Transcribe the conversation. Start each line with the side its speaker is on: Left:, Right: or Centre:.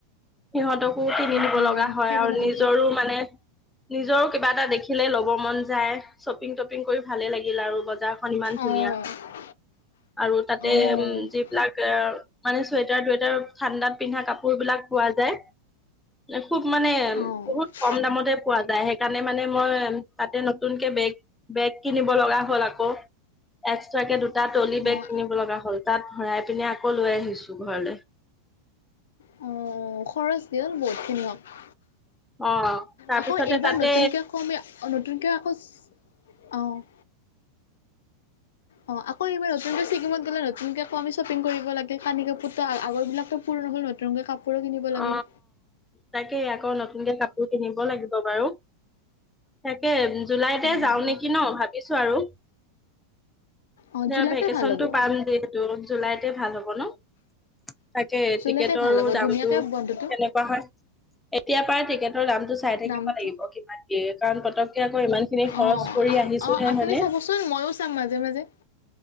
Centre: সিহঁতকো কিনি
Left: অ'
Centre: দিব
Left: অ'
Centre: লগ এয়া হয়
Left: সেইবিলাকৰ
Centre: আৰু নিজৰো
Left: গ'ল
Centre: মানে নিজৰো কিবা এটা দেখিলে ল'ব মন যায় শ্বপিং তপিং কৰি ভালে লাগিল আৰু বজাৰখন ইমান ধুনীয়া
Left: অ'
Centre: আৰু তাত এ
Left: অ'
Centre: উম, যিবিলাক অ', মানে চুৱেটাৰ টুৱেটাৰ ঠাণ্ডাত পিন্ধা কাপোৰ বিলাক পোৱা যায়, খুব মানে
Left: অ'
Centre: বহুত কম দামতে পোৱা যায় সেইকাৰণে মানে মই তাতে নতুনকে বেগ, বেগ কিনিব লগা হ'ল আকৌ এক্সট্ৰাকে দুটা ট্ৰলী বেগ
Left: অ'
Centre: কিনিব লগা হ'ল তাত ভৰাই পিনে আকৌ লৈ আহিছো ঘৰলৈ।
Left: অ' খৰচ দিয়ল বহুতখিনি হ'ক।
Centre: অ'। তাৰপিছতে
Left: আকৌ এইবাৰ
Centre: তাতে
Left: নতুনকে আকৌ আমি, নতুনকো আকৌ চ অ'। অ' আকৌ এবাৰ নতুনকে ছিকিমত গ'লে নতুনকে আকৌ আমি চপিং কৰিব লাগে কানি কাপোৰটো আগৰ বিলাকো পুৰণা হ'ল নতুনকৈ কাপো পোৰো কিনিব লাগিল।
Centre: অ তাকে আকৌ নতুনকে কাপোৰ কিনিব লাগিব বাৰু তাকে জুলাইতে
Left: অ'
Centre: যাওঁ নেকি ন' ভাবিছো আৰু।
Left: অ'
Centre: না,
Left: জুলাইতে
Centre: ভেকেচনটো
Left: ভাল হ'ব
Centre: পাম যিটো জুলাইত তে ভাল হ'ব ন'? তাকে
Left: জুলাইতে
Centre: টিকেটৰো
Left: ভাল হ'ব
Centre: দাম
Left: ধুনীয়াকে
Centre: ত',
Left: বন্ধটো
Centre: কেনেকুৱা হয় এতিয়াপা পাৰ টিকেট টৰ দামটো চাই থাকিব
Left: দামটো
Centre: লাগিব, কিমান দিয়ে কাৰণ পটককাত ইমান খিনি খৰচ
Left: অ'
Centre: কৰি আহিছো
Left: অ'
Centre: হে
Left: আপুনি চাবচোন ময়ো চাম মাজে মাজে